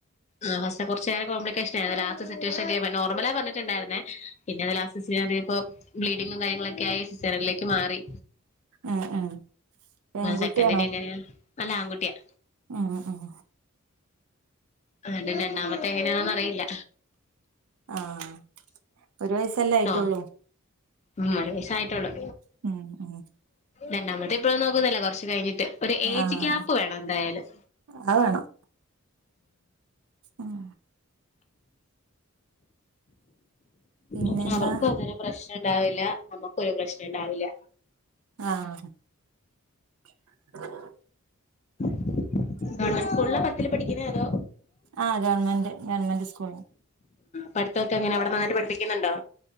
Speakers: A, on the left; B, on the right.
A: ആ ഫസ്റ്റ് കുറച്ച് ഏറെ കോംപ്ലിക്കെ എ ലാസ്റ്റ് സിറ്റുവേഷൻഎത്തിയപ്പോ നോർമൽ ആ പറഞ്ഞത് പറഞ്ഞിട്ടുണ്ടായിരുന്നേ പിന്നെ അ ലാസ്റ്റ് സീൻ ആയപ്പോ ബ്ലീഡിങ്ങും കാര്യങ്ങളൊ ക്കായി സിസേറിയനിലേക്ക് മാറി.
B: ഉം ഉം പെൺകുട്ടിയാണോ?
A: സെക്കൻഡിന് എങ്ങനെയാ അല്ല ആൺകുട്ടിയാ.
B: ഉം ഉം
A: ആ രണ്ടാമത്തെ എങ്ങനെയാണന്ന് അറിയില്ല.
B: ആഹ് ഒരു വയസ്സല്ലേ ആയിട്ടുള്ളൂ.
A: ട്ടോ ഉം ഒരു വയസ്സേ ആയിട്ടുള്ളു.
B: മ് മ്
A: രണ്ടാമത്തെ ഇപ്പോ നോക്കുന്നില്ല കുറച്ച് കഴിഞ്ഞ് ട്ട് ഒരു ഏജ്
B: ആഹ്
A: ഗയാപ്പ് വേണം എന്തായാലും
B: അത് വേണം ഉം പിന്നെന്താ
A: അ അവർക്കും അതൊരു പ്രശ്നം ഉണ്ടാവില്ല നമ്മുക്കും ഒരു പ്രശ്നം ഇണ്ടാവില്ല
B: ആഹ് <inaudible>
A: <unintelligible> അതോ
B: ആ ഗവൺമെന്റ് ഗവൺമെന്റ് സ്കൂൾ
A: പഠിത്തൊക്കെങ്ങനെ അവിടെന്നട്ട് പഠപ്പിക്കുന്നുണ്ടോ